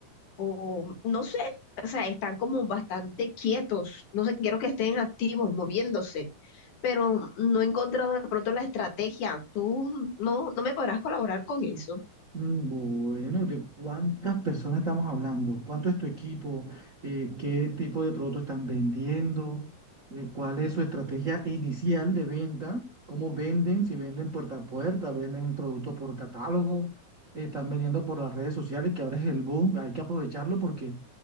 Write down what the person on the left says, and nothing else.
o no sé, o sea, están como bastante quietos, no sé, quiero que estén activos, moviéndose, pero no he encontrado de pronto la estrategia. Tú no, no me podrás colaborar con eso.